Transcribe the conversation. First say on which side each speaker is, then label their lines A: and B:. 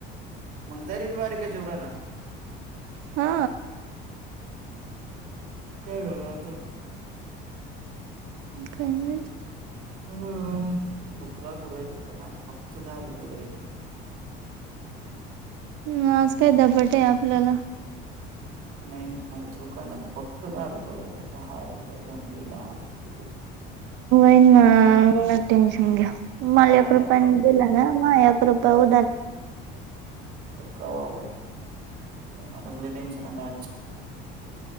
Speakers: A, on the right; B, on the right.
A: मंग तारी बी बारीक आहे जेवराला
B: हा
A: काय झालं आता
B: काय म्हज
A: ह भुकला गरायले पण आज फक्त दहा रुपये वयले
B: ह आज काय दपट आहे आपल्याला
A: नाही दुकानात फक्त दहा रुपये वाट दहा रुपये ओनली दहाये
B: ई ना टेन्शन घ्या मलया
A: काय
B: कृप दिला ना माया उ
A: ह वा माला टेनशन अ